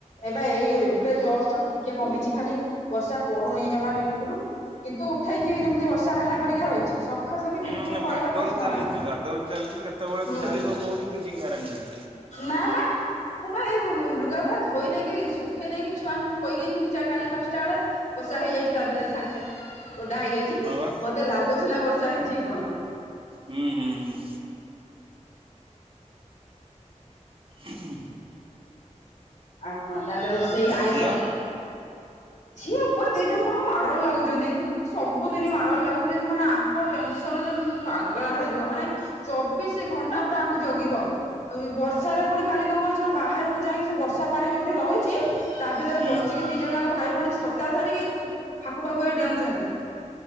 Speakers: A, on the left; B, on the right.
A: ଏବେ ଏଇ ଏବେ ଜରସର ଟିକେ କମିଛି ଖାଲି ବର୍ଷା ପଡୁନି ଜମା ବିଲକୁଲ। କିନ୍ତୁ ଉଠେଇକି ଯେମିତି ବର୍ଷା ହେଲା ପରିକା ରହିଛି ସ ଆାସ ବି ବିଲକୁଲ
B: ହୁଁ
A: କରିବା
B: ବାଦଲ
A: ପ୍ରଶ୍ନ
B: ଚାଲିଛି
A: ନାହିଁ
B: ବାଦଲ ଚାଲିଛି କେତେବେଳେ
A: ହୁଁ।
B: ଢାଳିବ କୋଉଠି କିଛି ଗ୍ୟାରେଣ୍ଟି ନାହିଁ
A: ନା ବା ମୁଁ ବା ଏଇ ଲୁଗା ପଟା ଧୋଇ ଦେଇକି ଶୁଖେଇ ଦେଇକି ଛୁଆଙ୍କୁ ଖୋଇଦେଇଥିଲି ଚା କାଲି ପାଞ୍ଚଟା ବେଳେ ବର୍ଷା ହେଇଯାଇଛି ତା ଭିତରେ ସାଙ୍ଗ ସାଙ୍ଗ ଓଦା ହେଇଯାଇଛି ମୋର
B: ହଁ ବା
A: ମତେ ଲାଗୁଥିଲା ବର୍ଷା ହେଇଛି କି କଣ।
B: ହୁଁ ହୁଁ ହୁଁ। ହୁଁ ଉମ୍।
A: ଆଉ କଣ ତାହେଲେ ରୋଷେଇ ଆଇଁଷ
B: ଝିଅ
A: ଝିଅ ପୁଅ ଦି ଜଣ ଯାକ ମାଡ଼ ଗୋଳ ଲାଗୁଛନ୍ତି ସବୁଦିନ ମାଡ଼ ଗୋଳ ଲାଗୁ ଯେମତି ମାନେ ଆଙ୍କ ଟେନସନରେ ତମେ ପାଗାଳା ହେଇଯିବ ମାନେ ଚବିଶ ଘଣ୍ଟା ପୁରା ଜଗିବ ବର୍ଷାରେ ପୁଣି କାଲି କଣ କରୁଛ ନା ବାହାରକୁ ଯାଇକି ସେ ବର୍ଷା ପାଣି ଯୋଉଠି ରହିଛି ତା ଭିତରେ
B: ହୁଁ
A: ପଶିକି
B: ହୁଁ
A: ଦି ଜଣ ଯାଙ୍କ ଭାଇ ଭଉଣୀ ଛତା ଧରିକି ଫାକୁ ଫାଖ ହୋଈ ଡେଉଛନ୍ତି।